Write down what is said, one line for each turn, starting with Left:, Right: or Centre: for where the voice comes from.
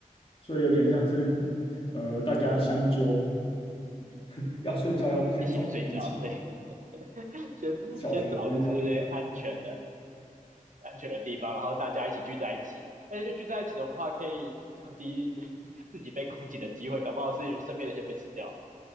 Left: 所以有点像是呃大家相纠，<laughs> 要睡觉要不先找东西。
Right: 一起睡觉，对，<laughs> 先先找就是安全的
Left: 小学生要去。
Right: 安全的地方，然后大家一起聚在一起，而且聚在一起的话可以降低自己被攻击的机会，搞不好是身边的先被吃掉。